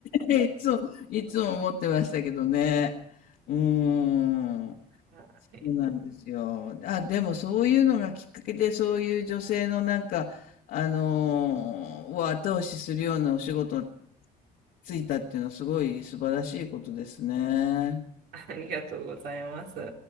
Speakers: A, on the left; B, on the right.
A: て <laughs> いつも、いつも思ってましたけどね。うん、
B: はい
A: そうなんですよ。あ、でもそういうのがきっかけで、そういう女性のなんか、あのーを後押しするようなお仕事ついたっていうのはすごい素晴らしいことですね。
B: ありがとうございます。